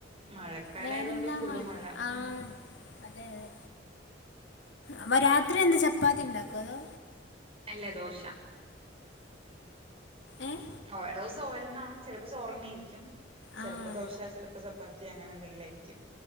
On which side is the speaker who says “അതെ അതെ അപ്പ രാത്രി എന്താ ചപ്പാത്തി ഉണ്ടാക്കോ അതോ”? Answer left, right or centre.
Left